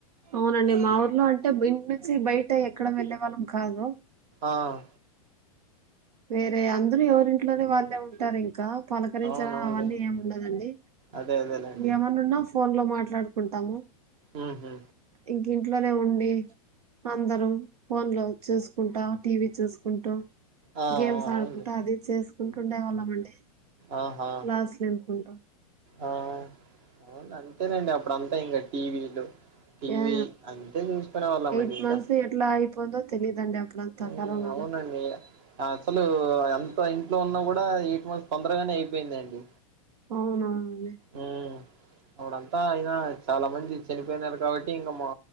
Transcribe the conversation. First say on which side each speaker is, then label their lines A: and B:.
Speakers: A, on the right (about 85°); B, on the right (about 50°).
A: అవునండి మా ఊర్లో ఇంటి నుంచి బయట అంటే, ఎక్కడ వెళ్ళేవాళ్ళం కాదు
B: ఆహ్
A: వేరే అందరూ, ఎవరింట్లోనే వాళ్ళేఉంటారు ఇంకా పలకరించడం
B: అవునవునులే
A: అవన్నీ ఏమిండదండి,
B: అదే అదేలేండి
A: ఏమన్నా ఉన్నా ఫోన్ లో మాట్లాడటం మాట్లాడుకుంటాము
B: ఉహ్ హూ
A: ఇంక ఇంట్లోనే ఉండి అందరం ఫోన్ లో చూసుకుంటా, టీవీ చూసుకుంటూ
B: ఆ ఆ
A: గేమ్స్ ఆడుకుంటూ
B: అవునులే
A: అది చేస్ ఉంటుండే వాళ్ళం ఆండీ
B: ఆహా
A: క్లాసులు ఇనుకుంట
B: ఆ అవును అంతేనండి, అప్పుడు అంతే మొత్తం ఇంకా టీవీ లు టీవీ
A: యా
B: అంతే చూసుకునే వాళ్ల
A: ఎయిట్
B: మండి ఇంకా,
A: మంత్స్ ఎట్లా అయిపోయిందో తెలీదండి అప్పుడంతా
B: ఉమ్
A: కరోనాలో
B: అవునండి అసలు అదం సో ఇంట్లో ఉన్న కూడా ఎయిట్ మంత్స్ తొందరగానే అయిపోయిందండి
A: అవునవును
B: ఉమ్ అప్పుడంతా ఇలా చాలా మంది చనిపోయినారు కాబట్టి, ఇంకా మా